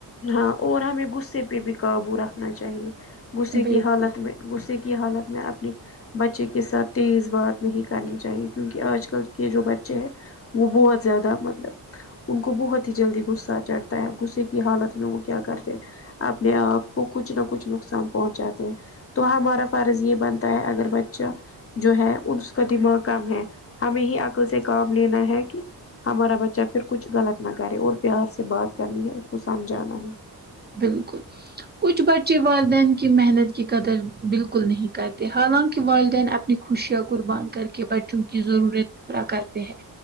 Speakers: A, on the left (about 35°); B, on the right (about 25°).
A: ہاں اور ہمیں غصے پہ بھی قابو رکھنا چاہیے غصے
B: ہے بالکل
A: کی حالت میں غصے کی حالت میں اپنی بچے کے ساتھ تیز بات نہیں کرنی چاہیے کیونکہ آج کل کے جو بچے ہیں وہ بہت زیادہ مطلب ان کو بہت ہی جلدی غصہ چڑھتا ہےغصےکی حالت میں وہ کیا کرتے اپنے آپ کو کچھ نہ کچھ نقصان پہنچاتے تو ہمارا فرض یہ بنتا ہے اگر بچہ جو ہے اس کا دماغ کم ہے ہمیں ہی عقل سے کام لینا ہے کہ ہمارا بچہ پھر کچھ غلط نہ کرے اور پیار سے بات کرنی ہے اس کو سمجھانا ہے
B: بالکل کچھ بچے والدین کی محنت کی قدر بالکل نہیں کرتے حالانکہ والدین اپ اپنی خوشیاں قربان کر کے بچوں کی ضرورت پورا کرتے ہیں